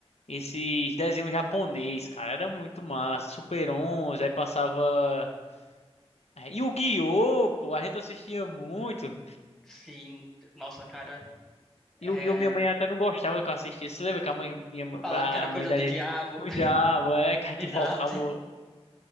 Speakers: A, on the left; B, in the centre.
A: esses desenhos japonês, cara. Era muito massa. Super 11, aí passava. É, E o Guiô, pô, a gente assistia muito.
B: Sim, nossa, cara, é...
A: E o Guiô, minha mãe até não gostava que eu assistia. Você lembra que a mãe, minha,
B: falava que era
A: a
B: coisa
A: mãe da
B: do
A: gente
B: diabo.
A: cuidava,
B: <laughs>
A: é, que a gente
B: Exato.
A: invocava.